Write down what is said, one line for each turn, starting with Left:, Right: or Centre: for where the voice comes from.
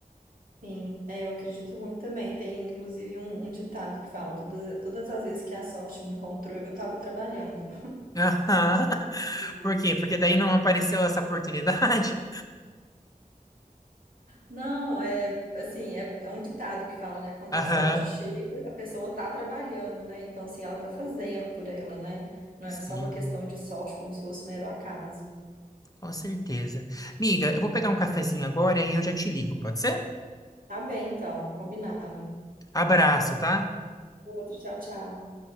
Right: sim. É, eu acredito muito também. Tem inclusive um, um ditado que fala: todas, todas as vezes que a sorte me encontrou, eu estava trabalhando.
Left: Aham. <laughs>
Right: <laughs>
Left: Por quê? Porque daí não apareceu essa oportunidade?
Right: Não, é assim, é, é um ditado que fala, né? Quando
Left: <laughs>
Right: a
Left: Aham.
Right: sorte chega, a pessoa tá trabalhando, né? Então, assim, ela tá fazendo por ela, né? Não
Left: Sim,
Right: é só uma questão de sorte, como se fosse mero acaso.
Left: com certeza. Miga, eu vou pegar um cafezinho agora e eu já te ligo, pode ser?
Right: Tá bem, então, combinado.
Left: Abraço, tá?
Right: Outro, tchau, tchau.